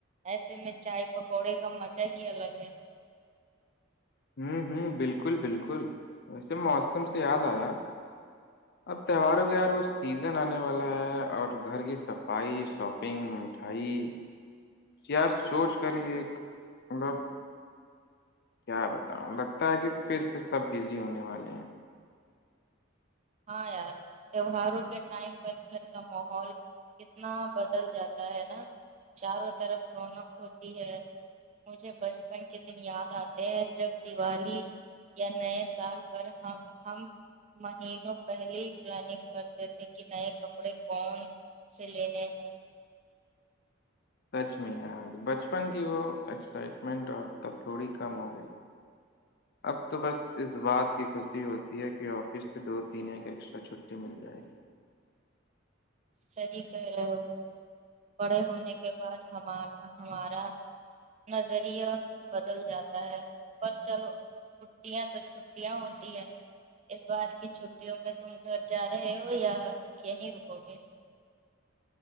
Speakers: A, on the right; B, on the left.
A: ایسے میں چائے پکوڑے کا مزہ ہی الگ ہے
B: ہوں ہوں بالکل بالکل ویسے موسم سے یاد آیا اب تہواروں کے یار وہ سیزن آنے والا ہے اور گھر کی صفائی شاپنگ مٹھائی یا سوچ کر ہی ایک مطلب کیا بتاؤں لگتا ہے کہ پھر سے سب بزی ہونے والے ہیں
A: ہاں یار تیوہاروں کے ٹائم پر گھر کا ماحول کتنا بدل جاتا ہے نا چاروں طرف رونق ہوتی ہے مجھے بچپن کے دن یاد آتے ہیں جب دیوالی یا نئے سال پر ہم ہم مہینوں پہلے ہی پلاننگ کرتے تھے کہ نئے کپڑے کون سے لینے ہیں
B: سچ میں یار بچپن کی وہ ایکسائٹمنٹ اور تب تھوڑی کم ہو گئی ہے <inaudible> اب تو بس اس بات کی خوشی ہوتی ہے کہ آفس سے دو تین ایک ایکسٹرا چھٹی مل جائے گی
A: صحیح کہہ رہے ہو بڑے ہونے کے بعد ہم ہمارا نظریہ بدل جاتا ہے پر چلو چھٹیاں تو چھٹیاں ہوتی ہے اس بار کی چھٹیوں میں تم گھر جا رہے ہو یا یہیں رکو گے ا <inaudible>